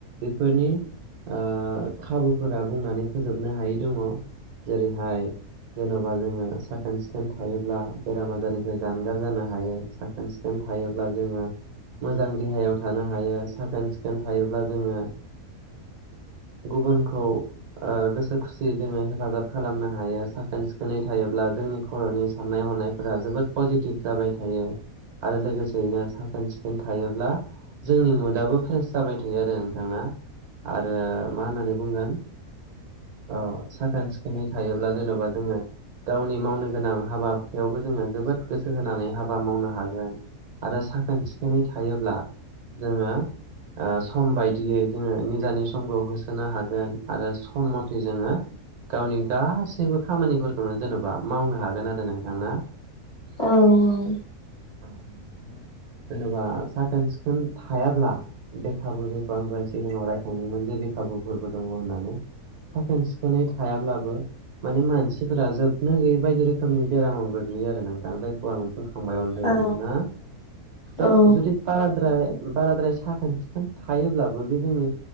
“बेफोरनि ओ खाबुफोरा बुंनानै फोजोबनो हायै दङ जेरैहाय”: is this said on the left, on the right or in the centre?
Right